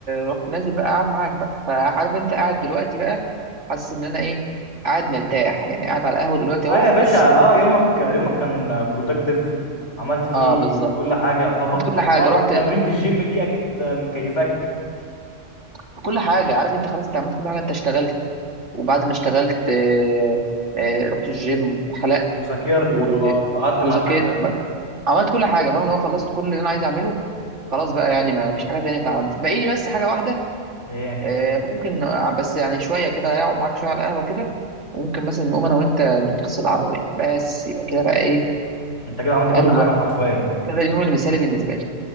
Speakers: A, on the right (about 75°); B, on the left (about 70°).
A: ورحت نازل بقى قاعد معاك بقى فعارف انت قاعد دلوقتي بقى حاسس ان انا ايه قاعد مرتاح يعني قاعد على القهوه دلوقتي
B: اه
A: اهو
B: يا باشا
A: بس
B: اه يومك يومك كان برودكتيف عملت فيه
A: اه بالظبط
B: كل حاجه يعتبر
A: عملت كل
B: وحوار
A: حاجه رحت
B: تمرينة الجيم دي اكيد مكيفاك
A: كل حاجه عارف انت خلاص انت عملت كل حاجه انت اشتغلت وبعد ما اشتغلت آه، آه، رحت الجيم وحلقت
B: وذاكرت
A: و...
B: وقعدت
A: وذاكرت
B: مع الحاجه
A: ب- عملت كل حاجه فاهم اللي هو خلصت كل اللي انا عايز اعمله خلاص بقى يعني ما فيش حاجه تانية اتعملت باقي لي بس حاجه واحده
B: ايه
A: آه، ممكن آه، بس يعني شويه كده اقعد معاك شويه على القهوه كده وممكن مثلا نقوم انا وانت نروح تغسل العربيه بس يبقى كده بقى ايه
B: انت كده عملت
A: فاهم
B: كل حاجه
A: اللي هو
B: حرفيا بقى
A: كده اليوم المثالي بالنسبه لي